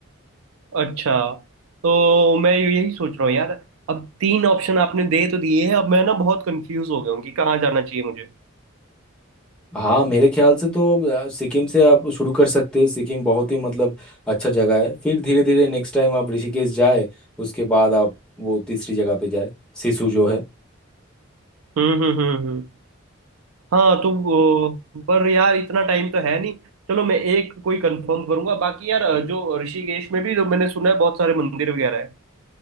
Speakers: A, on the right; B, in the centre.
A: अच्छा तो मैं यही सोच रहा हूँ यार अब तीन ऑप्शन आपने दे तो दिए हैं अब मैं ना बहुत कंफ्यूज हो गया हूँ कि कहाँ जाना चाहिए मुझे
B: हाँ मेरे ख्याल से तो अ, सिक्किम से आप शुरू कर सकते हैं सिक्किम बहुत ही मतलब अच्छा जगह है फिर धीरे धीरे नेक्स्ट टाइम आप ऋषिकेश जाए उसके बाद आप वो तीसरी जगह पे जाए सिसु जो है
A: हम्म हम्म हम्म हम्म हाँ तो वो- पर यार इतना टाइम तो है नहीं चलो मैं एक कोई कंफर्म करूंगा बाकी यार अ, जो ऋषिकेश में भी जो मैंने सुना है बहुत सारे मंदिर वगैरह है